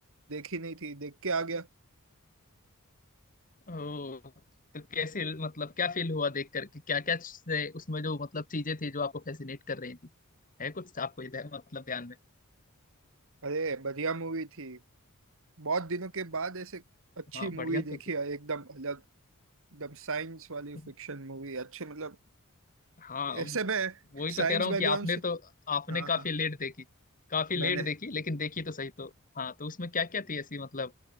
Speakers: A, on the right; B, on the left.
A: देखी नहीं थी देख के आ गया
B: ओ तो कैसे मतलब क्या फील हुआ देख करके क्या क्या उसमें जो मतलब चीजें थी जो आपको फैसिनेट कर रही थी है कुछ आपको इधर मतलब ध्यान में
A: अरे बढ़िया मूवी थी बहुत दिनों के बाद ऐसे अच्छी
B: हाँ
A: मूवी
B: बढ़िया
A: देखी
B: तो
A: है एकदम अलग एकदम साइंस वाली
B: थी
A: फिक्शन मूवी अच्छे मतलब
B: हाँ वो-
A: ऐसे मैं
B: वही तो
A: साइंस
B: कह रहा
A: बैकग्राउंड
B: हूँ कि आपने
A: से
B: तो आपने
A: हाँ
B: काफी
A: हाँ
B: लेट देखी काफी
A: मैंने
B: लेट देखी लेकिन देखी तो सही तो हाँ तो उसमें क्या क्या थी ऐसी मतलब